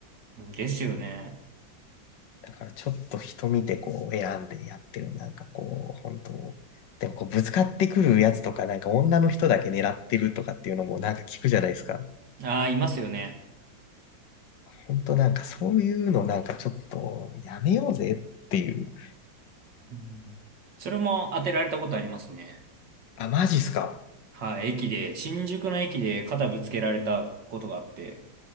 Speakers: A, on the right (about 65°); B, on the left (about 70°).
A: うんですよね。
B: だからちょっと人見てこう選んでやってる。なんかこう、本当でもこうぶつかってくるやつとか、なんか女の人だけ狙ってるとかっていうのもなんか聞くじゃないですか。
A: ああ、いますよね。
B: 本当なんかそういうのなんかちょっとやめようぜっていう。
A: うんそれも当てられたことありますね。
B: あ、マジっすか。
A: はい、駅で、新宿の駅で肩ぶつけられたことがあって、